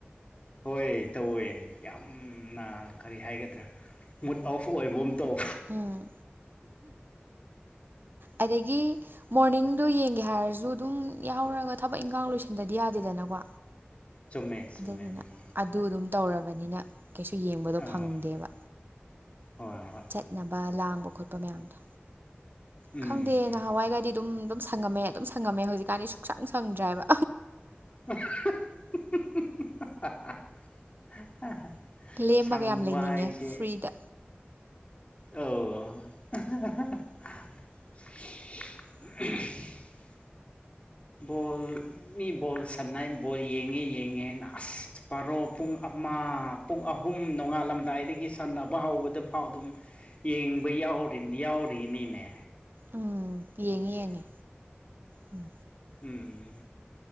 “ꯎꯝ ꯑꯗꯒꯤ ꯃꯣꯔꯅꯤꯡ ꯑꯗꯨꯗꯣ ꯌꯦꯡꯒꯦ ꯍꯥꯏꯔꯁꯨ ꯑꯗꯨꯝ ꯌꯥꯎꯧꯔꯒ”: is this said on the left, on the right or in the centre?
Right